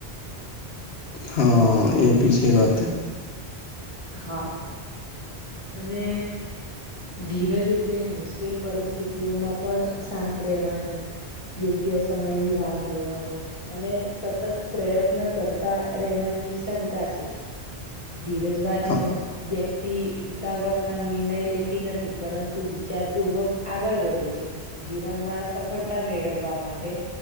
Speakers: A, on the left; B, on the left.
A: હા એ ભી છે વાત
B: હા અને ધીરજ એટલે મુશ્કેલ પરિસ્થિતિઓમાં પણ શાંત રહેવાની યોગ્ય સમયની રાહ જોવાની અને સતત પ્રયત્ન કરતા રહેવાની ક્ષમતા છે. ધીરજવાન
A: હા
B: વ્યક્તિ ઉતાવળ માં નિર્ણય લેતી નથી પરંતુ વિચાર પૂર્વક આગળ વધે છે. જીવનમાં સફળતા મેળવવા માટે